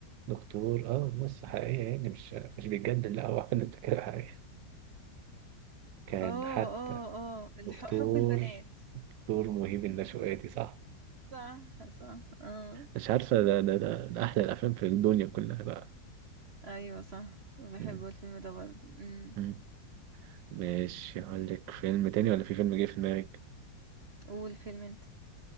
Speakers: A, on the right; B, on the right.
A: دكتور اه ناس حقيقية يعني مش مش بيتجدد لا هو حد فكرة حقيقية كان
B: اه
A: حتى
B: اه اه
A: دكتور
B: الح- حب البنات
A: دكتور مهيب النشواتي صح
B: صح صح اه
A: مش عارفة ده ده ده, ده أحلى الأفلام في الدنيا كلها بقى
B: ايوه صح بحبه
A: مم.
B: الفيلم ده برضو امم
A: مم. ماشي أقول لك فيلم تاني ولا في فيلم جه في دماغك
B: قول فيلم انت